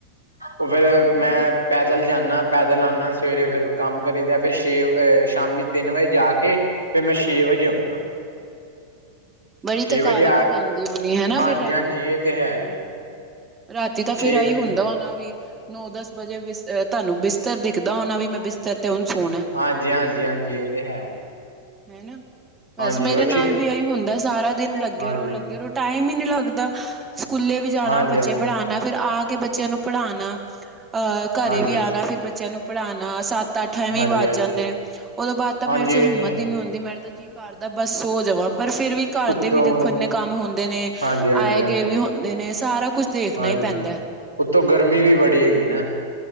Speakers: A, on the left; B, on the right.
A: ਉਹ ਫਿਰ
B: ਹਨਾ
A: ਮੈਂ
B: ਜੀ
A: ਪੈਦਲ ਜਾਂਣਾ ਪੈਦਲ ਆਣਾ ਸਵੇਰੇ ਫਿਰ ਕੰਮ ਕਰੀਦਾ ਫਿਰ ਛੇ ਅਹ ਸ਼ਾਮੀ ਤਿੰਨ ਵਜੇ ਜਾ ਕੇ ਫਿਰ ਮੈਂ ਛੇ ਵਜੇ ਆਉਣਾ।
B: ਬੜੀ ਥਕਾਵਟ
A: ਵਜੇ ਆ
B: ਹੋ ਜਾਂਦੀ ਹੋਣੀ ਹੈ
A: ਹਾਂਜੀ
B: ਫਿਰ ਰਾਤੀ
A: ਹਾਂਜੀ ਇਹ ਤੇ ਹੈ ਜੀ
B: ਰਾਤੀ ਤਾਂ ਫੇਰ
A: ਛੇ
B: ਆਹੀ
A: ਵਜੇ
B: ਹੁੰਦਾ ਹੋ ਨਾ ਵੀ ਨੋ-ਦਸ ਵਜੇ ਬ ਤੁਹਾਨੂੰ ਬਿਸਤਰ ਦਿਖਦਾ ਹੋਣਾ ਵੀ ਮੈਂ ਬਿਸਤਰ ਤੇ ਹੁਣ ਸੋਣਾ।
A: ਹਾਂਜੀ-ਹਾਂਜੀ-ਹਾਂਜੀ ਇਹ ਤੇ ਹੈ।
B: ਹਨਾ ਬਸ
A: ਹਾਂਜੀ
B: ਮੇਰੇ
A: ਉਹ
B: ਨਾਲ
A: ਛੇ
B: ਵੀ ਇਹੀ ਹੁੰਦਾ ਸਾਰਾ ਦਿਨ ਲੱਗੇ
A: ਹਾਂਜੀ
B: ਰੋ ਲੱਗੇ ਰੋ ਟਾਈਮ ਹੀ ਨਹੀਂ ਲੱਗਦਾ ਸਕੂਲੇ ਵੀ ਜਾਣਾ
A: ਹਾਂਜੀ
B: ਬੱਚੇ
A: ਹਾਂਜੀ
B: ਪੜ੍ਹਾਣਾ ਫਿਰ ਆ ਕੇ ਬੱਚਿਆਂ ਨੂੰ ਪੜ੍ਹਾਣਾ ਅਹ ਘਰੇ
A: ਹਾਂਜੀ
B: ਵੀ ਆਣਾ ਫਿਰ ਬੱਚਿਆਂ ਨੂੰ ਪੜ੍ਹਾਣਾ ਸਤ ਤਾਂ ਅੱਠ ਐਵੇਂ
A: ਹਾਂਜੀ
B: ਹੀ ਵੱਜ ਜਾਂਦੇ
A: ਹਾਂਜੀ
B: ਨੇ ਉਹਦੋਂ ਬਾਅਦ ਤਾਂ
A: ਹਾਂਜੀ
B: ਮੇਰੇ ਚ
A: ਇਹ
B: ਹਿੰਮਤ
A: ਤੇ ਹੈ
B: ਹੀ ਨੀ ਹੂਦੀ ਮੇਰੇ ਜੀ ਕਾਰਦਾ ਬਸ ਸੋ ਜਾਵਾਂ ਪਰ ਫੇਰ ਵੀ ਘਰ
A: ਉੱਤੋਂ
B: ਦੇ ਵੀ ਦੇਖੋ ਇੰਨੇ ਕੰਮ ਹੁੰਦੇ ਨੇ
A: ਹਾਂਜੀ ਹਾਂਜੀ
B: ਆਏ
A: ਹਾਂਜੀ
B: ਗਏ ਵੀ ਹੁੰਦੇ ਨੇ ਸਾਰਾ ਕੁਛ ਦੇਖਣਾ
A: ਹਾਂਜੀ,
B: ਹੀ ਪੈਂਦਾ
A: ਉੱਤੋਂ ਗਰਮੀ ਵੀ ਬੜੀ ਹੈਗੀ ਨਾ,